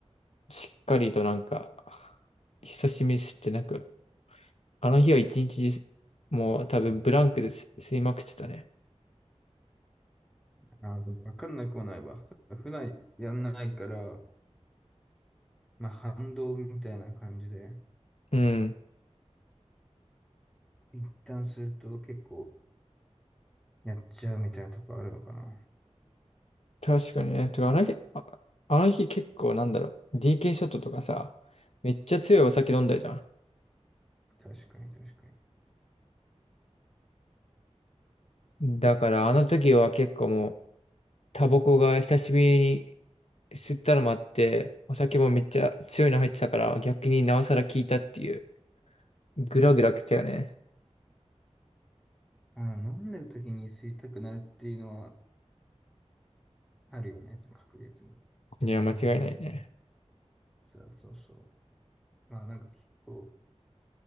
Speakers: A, on the left; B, in the centre.
A: しっかりとなんか、久しぶりに吸ってなく、あの日は一日中、もう多分ブランクです、吸いまくってたね。
B: ああ、でもわかんなくはないわ。普段やんないから、まあ反動みたいな感じで、
A: うん。
B: 一旦すると結構やっちゃうみたいなとこあるのかな。
A: 確かにね。てか、あの日、あ、あの日結構なんだろう、DK ショットとかさ、めっちゃ強いお酒飲んだじゃ
B: 確かに確かに。
A: ん。だから、あの時は結構もう、タバコが久しぶりに吸ったのもあって、お酒もめっちゃ強いの入ってたから、逆になおさら効いたっていう、グラグラ来たよね。
B: ああ、飲んでる時に吸いたくなるっていうのはあるよね、確実に。
A: いや、間違いないね。
B: そうそうそう。まあなんか結構、